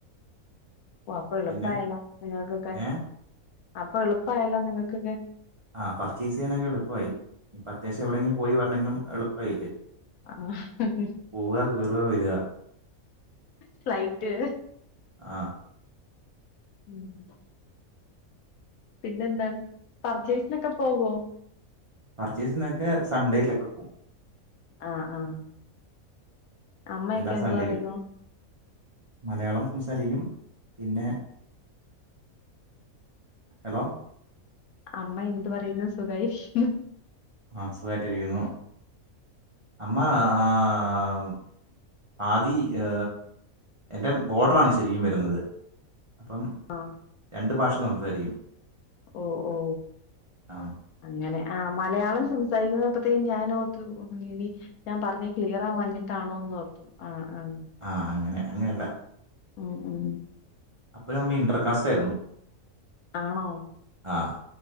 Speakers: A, on the left (about 85°); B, on the right (about 35°).
A: ഓ അപ്പൊ എളുപ്പയല്ലോ
B: പിന്നെ
A: നിങ്ങൾക്കൊക്കെ
B: ഏഹ്
A: അപ്പൊ എളുപ്പായല്ലോ നിങ്ങക്കൊക്കെ
B: ആ പർച്ചേസ് ചെയ്യാനൊക്കെ എളുപ്പമായി ഇപ്പൊ അത്യാവശ്യം എവിടെങ്കിലും പോയി വരാണെങ്കിലും എളുപ്പമായില്ലേ
A: ആഹ മ്മ് മ്മ്
B: പോവുക കേറുക വരിക
A: ഫ്ലൈറ്റ്
B: ആഹ്
A: മ്മ് പിന്നെന്താണ് പർച്ചേസിനൊക്കെ പോവോ
B: പർച്ചേസ്ന്നൊക്കെ സൺഡേയിലൊക്കെ പോവും
A: ആഹ ആഹ അമ്മയൊക്കെ
B: എല്ലാ
A: എന്ത്
B: സൺഡേയിലും
A: പറയുന്നു
B: മലയാളം സംസാരിക്കും പിന്നെ ഹെലോ
A: അമ്മ എന്ത് പറയുന്നു സുഖായിരിക്കുന്നോ
B: ആ സുഖമായിട്ടിരിക്കുന്നു അമ്മ ആ ആ ആതി ഏ എന്റെ ബോഡറാണ് ശരിക്കും വരുന്നത് അപ്പം
A: ആഹ്
B: രണ്ട് ഭാഷ സംസാരിക്കും
A: ഓ ഓ
B: ആ
A: അങ്ങനെ ആ മലയാളം സംസാരിക്കുന്നതപ്പത്തയേക്കും ഞാൻ ഓർത്തു ഇനി ഞാൻ പറഞ്ഞത് ക്ലിയറാ വാഞ്ഞിട്ടാണോന്ന് ന്നോർത്തു ആ ആ
B: ആ അങ്ങനെ അങ്ങനെയല്ല
A: ഉം ഉം
B: അപ്പൊഴും അമ്മ ഇന്റർകാസ്റ്റ് ആയിരുന്നു
A: ആണോ
B: ആ